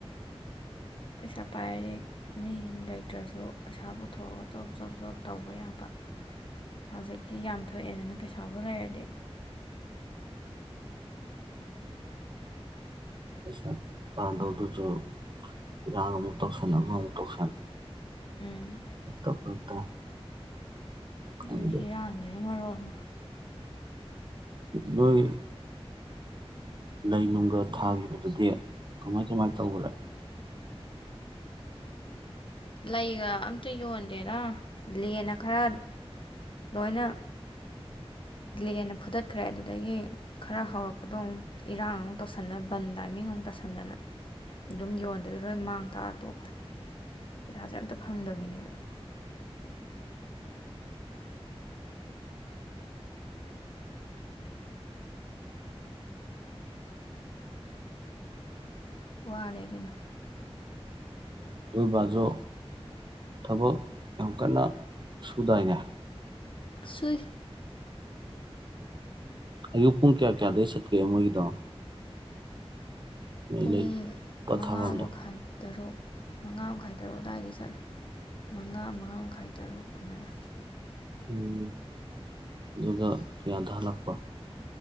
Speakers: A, on the left (about 55°); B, on the right (about 45°).
A: ꯄꯩꯁꯥ ꯄꯥꯏꯔꯗꯤ ꯃꯤ ꯂꯩꯇ꯭ꯔꯁꯨ ꯄꯩꯁꯥꯕꯨ ꯊꯣꯛꯑꯕ ꯖꯣꯕ ꯖꯣꯕ ꯖꯣꯕ ꯇꯧꯕ ꯌꯥꯕ ꯍꯧꯖꯤꯛꯇꯤ ꯌꯥꯝ ꯊꯣꯛꯑꯦꯗꯅ ꯄꯩꯁꯥꯕꯨ ꯂꯩꯔꯗꯤ꯫
B: ꯄꯩꯁꯥ ꯇꯥꯟꯗꯧꯗꯨꯁꯨ ꯏꯔꯥꯡ ꯑꯃꯨꯛ ꯇꯧꯁꯟ ꯑꯃ ꯑꯃꯨꯛ ꯇꯧꯁꯟ
A: ꯎꯝ
B: <unintelligible> ꯇꯪꯗꯦ
A: ꯑꯗꯨꯅꯤ ꯏꯔꯥꯡꯁꯤꯅ ꯃꯔꯣꯜ ꯑꯃ
B: ꯅꯣꯏ ꯂꯩ ꯅꯨꯡꯒ ꯊꯥꯈꯤꯕꯗꯨꯗꯤ ꯀꯃꯥꯏ ꯀꯃꯥꯏ ꯇꯧꯒꯔꯦ
A: ꯂꯩꯒ ꯑꯝꯇ ꯌꯣꯟꯗꯦꯗ ꯂꯦꯟꯅ ꯈꯔ ꯂꯣꯏꯅ ꯂꯦꯟꯅ ꯐꯨꯗꯠꯈ꯭ꯔꯦ ꯑꯗꯨꯗꯒꯤ ꯈꯔ ꯍꯧꯔꯛꯄꯗꯣ ꯑꯃꯨꯛ ꯏꯔꯥꯡ ꯑꯃꯨꯛ ꯇꯧꯁꯟꯗꯅ ꯕꯟ ꯇꯥꯏꯃꯤꯡ ꯑꯃꯨꯛ ꯇꯥꯁꯟꯗꯅ ꯑꯗꯨꯝ ꯌꯣꯟꯗꯕꯤ ꯂꯣꯏ ꯃꯥꯡ ꯇꯥꯛꯑꯇꯣꯛꯈ꯭ꯔꯦ ꯄꯩꯁꯥꯁꯦ ꯑꯝꯇ ꯐꯪꯗꯕꯤꯅꯦꯕ꯫ ꯋꯥꯔꯦ ꯑꯗꯨꯅ
B: ꯅꯣꯏ ꯕꯥꯁꯨ ꯊꯕꯛ ꯌꯥꯝ ꯀꯟꯅ ꯁꯨꯗꯥꯏꯅꯦ
A: ꯁꯨꯏ
B: ꯑꯌꯨꯛ ꯄꯨꯡ ꯀꯌꯥ ꯀꯌꯥꯗꯩ ꯆꯠꯀꯦ ꯃꯣꯏꯒꯤꯗꯣ ꯅꯣꯏ
A: ꯄꯨꯡ
B: ꯂꯩ ꯄ ꯊꯥꯐꯝꯗꯣ
A: ꯃꯉꯥ ꯃꯈꯥꯏ ꯇꯔꯨꯛ ꯃꯉꯥ ꯃꯈꯥꯏ ꯇꯔꯨꯛ ꯑꯗꯨꯋꯥꯏꯗ ꯆꯠꯂꯦ ꯃꯉꯥ ꯃꯉꯥ ꯃꯈꯥꯏ ꯇꯔꯨꯛ ꯑꯗꯨꯃꯥꯏꯅ
B: ꯎꯝ ꯑꯗꯨꯒ ꯀꯌꯥꯗꯍꯜꯂꯛꯄ